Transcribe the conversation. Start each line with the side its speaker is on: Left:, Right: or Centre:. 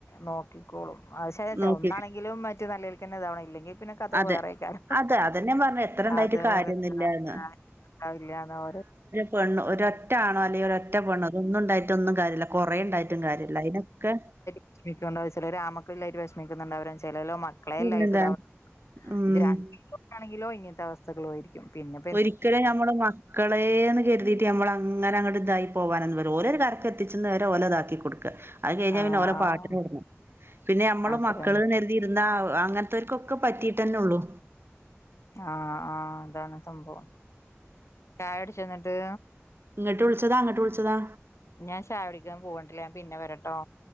Left: നോക്കിക്കോളും അത് ശരിയാ ച്ചാ
Right: നോക്കി
Left: ഒന്നാണെങ്കിലും മറ്റു നല്ലേൽക്കന്നെ ഇതാവണം ഇല്ലെങ്കി പിന്നെ കഥ
Right: അതെ
Left: വേറെക്കാരം
Right: അതെ അതന്നെ ഞാൻ പറഞ്ഞെ എത്ര ഇണ്ടായിട്ട്
Left: അത്ണ്ടാവില്ലന്ന്
Right: കാര്യൊന്നുല്ലാന്ന്
Left: പറയാ
Right: പെണ്ണു ഒരു ഒറ്റ ആണോ അല്ലെങ്കിൽ ഒരു ഒറ്റപെണ്ണോഅതൊന്നുണ്ടായിട്ടൊന്നും കാര്യല്ല കൊറേണ്ടായിട്ടും കാര്യല്ല അയ്നൊക്കെ
Left: എന്ക് എന്താന്ന് വെച്ചാൽ ഒരാൺമക്കൾ ഇല്ലായിട്ട് വിഷമിക്കുന്നുണ്ടാകും ചേലോൽ മ മക്കളെല്ലായിട്ട്താ
Right: പിന്നെന്താ
Left: അവസ്ഥ
Right: ഉം
Left: ഇത് രണ്ട് ആണെങ്കിലോ ഇങ്ങനത്തെ അവസ്ഥകളുയിരിക്കും പിന്നെ
Right: ഒരിക്കലും നമ്മുളെ മ ക്കളേന്ന് കരുതിയിട്ട് നമ്മള് അങ്ങനെ ങ്ങട്ട് ഇതായി പോകാനന്ന് വരും ഓലൊരു കരക്ക് എത്തിച്ന വരെ ഓലെ ഇതാക്കി കൊടുക്ക അത് കഴിഞ്ഞാൽ
Left: ആഹ്
Right: പിന്നെ ഓലെ പാട്ടിനു വിടണം. പിന്നെ നമ്മള്
Left: അത്രയാണ്
Right: മക്കള്ന്ന് കരു തി ഇരുന്ന അങ്ങനത്തെവർക്കൊക്കെ പറ്റിട്ട്ന്നെള്ളൂ
Left: ആഹ് ആഹ് അതാണ് സംഭവം ചായകുടിച്ചോന്നട്ട്
Right: ഇങ്ങട്ട് വിളിച്ചതാ അങ്ങട്ട് വിളിച്ചതാ
Left: ഞാൻ ചായകുടിക്കാൻ പോണ്ട്ട്ട്ല്ല ഞാൻ പിന്നെ വരട്ടോ